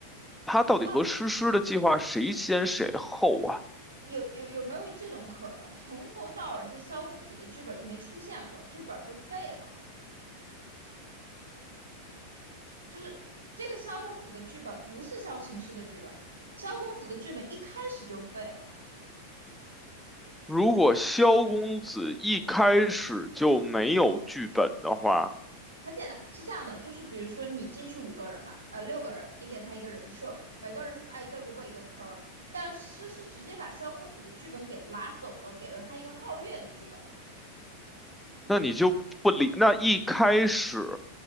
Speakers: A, in the centre; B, on the right.
A: 他到底和诗诗的计划谁先谁后啊？
B: 哦，有有有没有这种可能？从头到尾这萧公子的剧本就没出现过，这本就废了。就是这个萧公子的剧本不是萧琴师的剧本，萧公子的剧本一开始就废了。
A: 如果萧公子一开始就没有剧本的话，
B: 很简单，是这样的，就是比如说你进去五个人吧，呃，六个人，你给他一个人设，每个人是挨一个萝卜一个坑儿。但是是直接把萧公子的剧本给拿走了，给了他一个皓月的剧本。
A: 那你就不理。那一开始